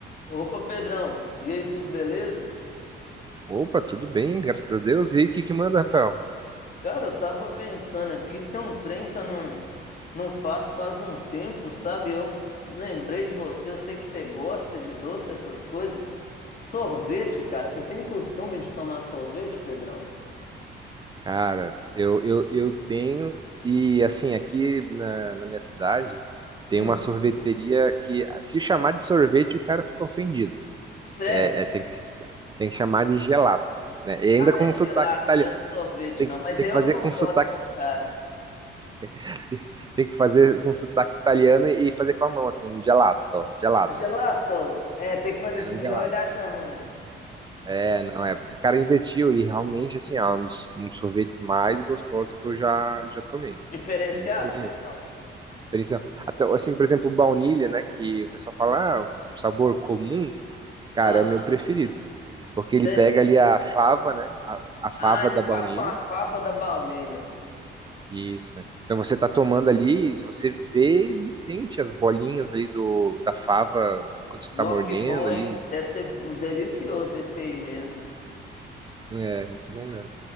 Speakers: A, on the left (about 45°); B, on the right (about 20°).
A: Opa, Pedrão, e aí, tudo beleza?
B: Opa, tudo bem, graças a Deus. E aí, o que que manda, Rafael?
A: Cara, eu tava pensando aqui, tem um trem que eu não, não faço faz um tempo, sabe? Eu lembrei de você, eu sei que você gosta de doce, essas coisas. Sorvete, cara, você tem costume de tomar sorvete, Pedrão?
B: Cara, eu, eu, eu tenho, e assim, aqui na, na minha cidade, tem
A: Hum,
B: uma sorveteria que, ah, se chamar de sorvete, o cara fica ofendido.
A: sério?
B: É, é, tem que, tem que chamar de gelato, né? E ainda com
A: É gelato,
B: sotaque italiano.
A: não é um sorvete,
B: Tem
A: não.
B: que,
A: Mas
B: tem
A: aí
B: que
A: eu
B: fazer
A: concordo
B: com sotaque,
A: com o cara.
B: <laughs> tem que fazer com sotaque italiano e fazer com a mão, assim, um gelato, gelato.
A: Gelato? É, tem que fazer
B: É
A: isso,
B: um
A: senão
B: gelato.
A: ele acha ruim.
B: É, não, é porque o cara investiu e realmente, assim, é um dos, um dos sorvetes mais gostosos que eu já, já tomei.
A: Diferenciado,
B: Muito bom
A: Pedrão?
B: mesmo. Principal- Até, assim, por exemplo, o baunilha, né, que o pessoal fala, ah, um sabor comum, cara,
A: Aham,
B: é o meu preferido. Porque ele
A: sério.
B: pega ali a fava, né, a, a
A: Ah,
B: fava
A: ele
B: da
A: faz
B: baunilha.
A: com a fava da baunilha.
B: Isso, né? Então você tá tomando ali, você vê e sente as bolinhas ali do, da fava quando você
A: Nó,
B: tá mordendo
A: que bom,
B: ali.
A: hein? Deve ser um delicioso esse aí mesmo.
B: É, muito bom mesmo.